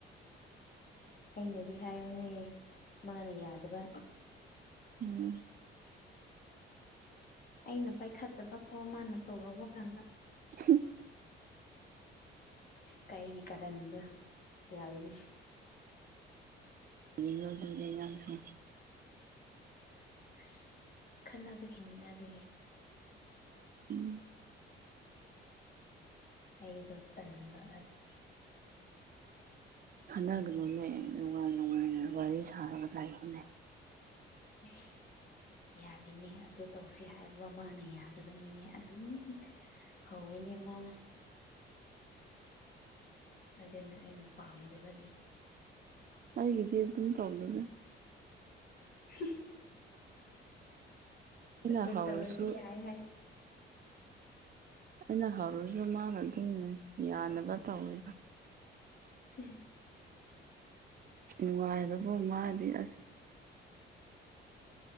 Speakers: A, on the left; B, on the right.
A: ꯑꯩꯅꯗꯤ ꯍꯥꯏꯕꯅꯦ ꯃꯥꯅ ꯌꯥꯗꯕ
B: ꯎꯝ
A: ꯑꯩꯅ ꯄꯥꯏꯈꯠꯇꯕꯀꯣ ꯃꯥꯅ ꯇꯧꯔꯨꯕ ꯀꯥꯟꯗ
B: ꯑ
A: ꯀꯩꯒꯤ ꯀꯔꯟ ꯌꯥꯕꯅꯤ
B: ꯌ ꯑꯗꯨ ꯂꯩ ꯌꯥꯁꯨ
A: ꯑꯁ ꯈꯟꯅꯅꯕꯒꯤꯅꯤꯅ ꯑꯗꯨꯒꯤ
B: ꯎꯝ
A: ꯑꯩꯗ ꯇꯟꯕ ꯑꯗꯨ
B: ꯈꯟꯅꯒꯅꯨꯅꯦ ꯅꯨꯡꯉꯥꯏ ꯅꯨꯡꯉꯥꯏꯅ ꯋꯥꯔꯤ ꯁꯥꯔꯒ ꯇꯥꯏꯈꯅꯦ
A: ꯑꯦ ꯌꯥꯗꯦꯅꯦ ꯑꯗꯨ ꯇꯧꯁ ꯍꯥꯏꯕ ꯃꯥꯅ ꯌꯥꯗꯕꯅꯤꯅꯦ ꯑꯗꯨꯝ <unintelligible> ꯑꯃꯅ ꯑꯗꯨꯅ ꯑꯩꯅ ꯄꯥꯝꯗꯕꯒꯤ
B: ꯍꯥꯏꯒꯗꯦ ꯇ ꯇꯧꯂ
A: <unintelligible>
B: ꯑꯩꯅ
A: ꯔ
B: ꯍꯧꯔꯁꯨ
A: ꯇꯧꯔꯁꯨ ꯌꯥꯏ ꯍꯥꯏ
B: ꯑꯩꯅ ꯍꯧꯔꯁꯨ ꯃꯥꯅ ꯑꯗꯨꯝ ꯌꯥꯅꯕ ꯇꯧꯋꯤ
A: ꯎꯝ
B: ꯅꯨꯡꯉꯥꯏꯕꯕꯨ ꯃꯥꯗꯤ ꯑꯁ